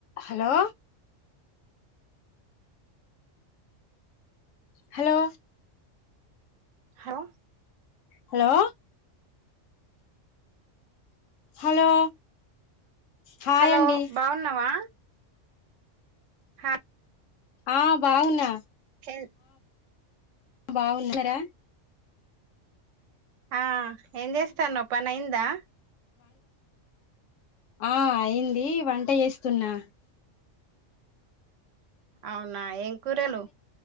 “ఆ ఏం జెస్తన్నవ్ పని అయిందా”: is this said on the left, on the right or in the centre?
Right